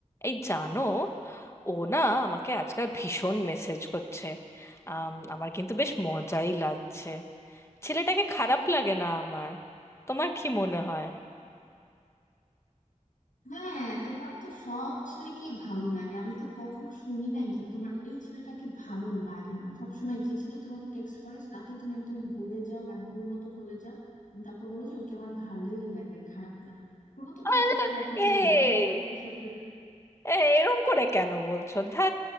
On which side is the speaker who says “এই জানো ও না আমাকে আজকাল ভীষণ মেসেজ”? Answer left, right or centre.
Left